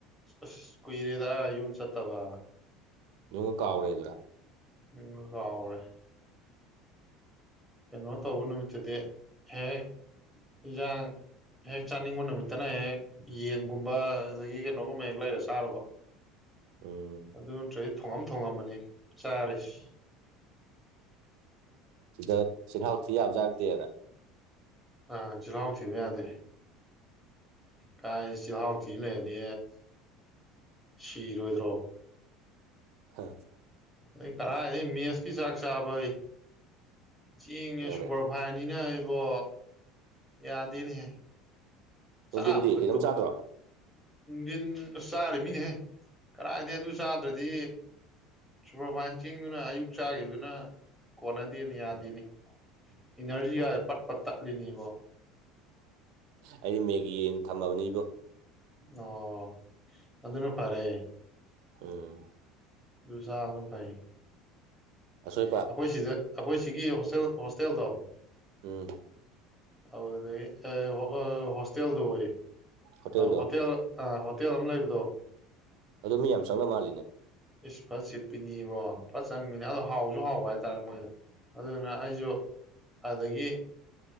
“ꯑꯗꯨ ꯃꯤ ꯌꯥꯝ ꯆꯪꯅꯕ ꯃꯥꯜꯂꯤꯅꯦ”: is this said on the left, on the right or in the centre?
Right